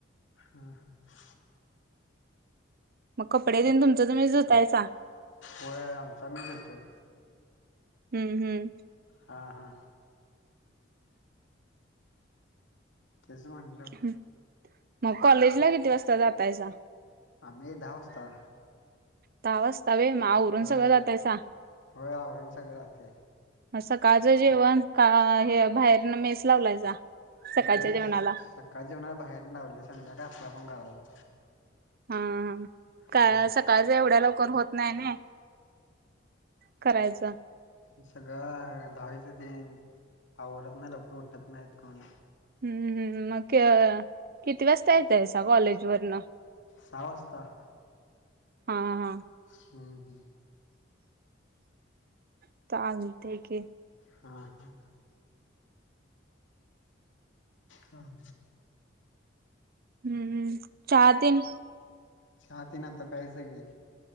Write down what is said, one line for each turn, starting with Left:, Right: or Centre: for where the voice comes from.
Left: हा, हा..
Right: मग कपडे तेन तुमचं तुम्हींच धुतायसा?
Left: व्हंय आमचं आमीच धुतोय.
Right: हुं.. हुं...
Left: हां हां तेच म्हटलं.
Right: हूं.. मग कॉलेजला किती वाजता जातायसा?
Left: आम्हीं दहा वाजता.
Right: दहा वाजता वय म आवरून
Left: होय
Right: सगळं जातायसा.
Left: होय आवरून सगळं जाते
Right: मग सकाळचं जेवण का हे बाहेरनं मेस लावलायसा?
Left: सकाळीच
Right: सकाळच्या जेवणाला
Left: सकाळच्या जेवणाचं बाहेरनं लावल्या, संध्याकाळी आपलं आपण करायचं.
Right: हां..... का
Left: हम्म,
Right: सकाळचं एवढ्या लवकर होत नाही नई करायचं.
Left: सगळं दहावीचं तेन आवरत नाही लवकर उठत नाहीत कोण.
Right: हुं.. मग किती वाजता येतायसा कॉलेजवरनं.?
Left: सहा वाजता.
Right: हा हा..
Left: हं. हूं..
Right: आता आणते की,
Left: हा -हा, हां,
Right: हं-हंम चहा तेन
Left: चहा तेन आता प्यायचं की.